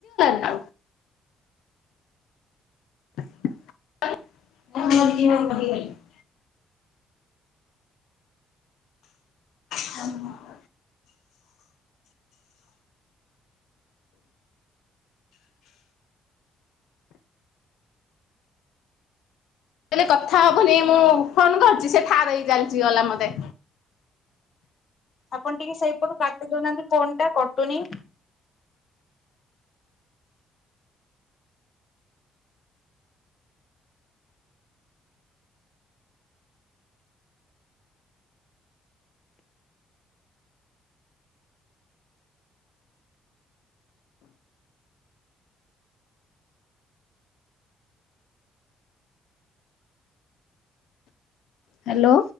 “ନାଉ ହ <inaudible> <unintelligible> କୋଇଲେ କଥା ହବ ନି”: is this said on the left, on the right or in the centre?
Left